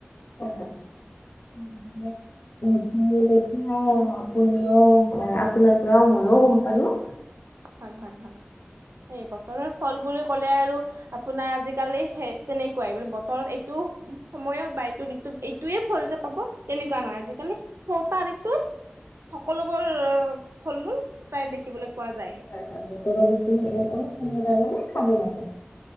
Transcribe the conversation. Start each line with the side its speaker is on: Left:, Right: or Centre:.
Left: উ <inaudible> <unintelligible> <unintelligible> আপুনিও আপোনাৰ পৰা মইও গম পালোঁ।
Right: হয়, হয়, হয়, এই বতৰ ফল বুলি ক'লে আৰু, আপোনাৰ আজিকালি সেই তেনেকুৱাই বোলো বতৰত এইটো সময়ত বা এইটো দি এইটোয়ে ফল যে পাব তেনেকুৱা নহয়। আজিকালি ছটা ঋতুত সকলোবোৰ ফল-মূল প্ৰায় দেখিবলৈ পোৱা যায়।
Left: <unintelligible>